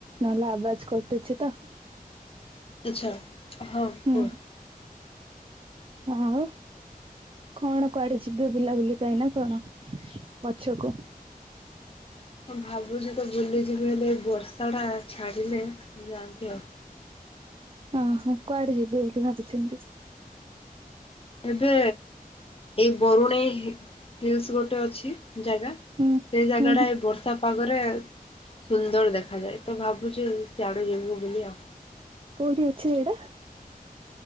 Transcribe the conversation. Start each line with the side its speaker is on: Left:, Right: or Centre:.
Right: ନହେଲେ ଆବାଜ କଟୁଛି ତ।
Left: ଆଚ୍ଛା, ହଁ,
Right: ହୁଁ
Left: କୁହ।
Right: ଆଉ କଣ କୁଆଡେ ଯିବେ ବୁଲାବୁଲି ପାଇଁ ନା କଣ ପଛକୁ?
Left: ମୁଁ ଭାବୁଛି ତ ବୁଲିଯିବି ହେଲେ ଏ ବର୍ଷା ଟା ଛାଡିଲେ ଯାଆନ୍ତି ଆଉ।
Right: ଓ ହୋ, କୁଆଡେ ଯିବେ ବୋଲି ଭାବିଛନ୍ତି?
Left: ଏବେ ଏଇ ବରୁଣେଇ ହି- ହିଲ୍ସ୍ ଗୋଟେ ଅଛି ଜାଗା,
Right: ହୁଁ
Left: ସେ ଜାଗା
Right: ହୁଁ
Left: ଟା
Right: ହୁଁ
Left: ଏ ବର୍ଷା ପାଗରେ ସୁନ୍ଦର ଦେଖାଯାଏ। ତ ଭାବୁଛି ସିଆଡ଼େ ଯିବୁ ବୋଲି ଆଉ।
Right: କୋଉଠି ଅଛି ଜାଗାଟା?